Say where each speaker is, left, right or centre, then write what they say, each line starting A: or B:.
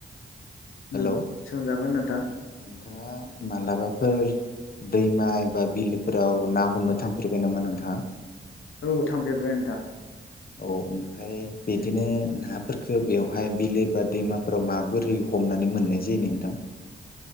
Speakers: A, on the left (about 85°); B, on the left (about 50°).
A: उम
B: हेलौ
A: सोंजागोन नोंथां
B: नोंथांङा मालाबाफोर दैमाय ओ बिलफोराव ना हमनो थांफेरबाय नामा नोंथांङा
A: औ थांफेरबाय नोंथां
B: औ ओमफाय बिदिनो नाफोरफोरखो बेवहाय बिलो बा दैमाफोराव माबोरै हमनानै मोननाय जायो नोंथां